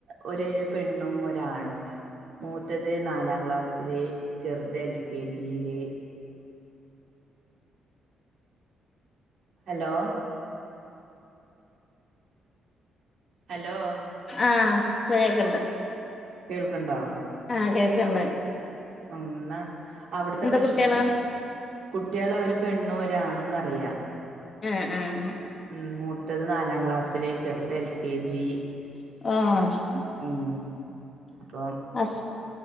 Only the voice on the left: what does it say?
ആഹ സയാക്കണ്ട്
ആഹ കേക്കമ്പ
കുട്ടികളാ
ഉം ഉം ഉ
ഹ
ഹസ്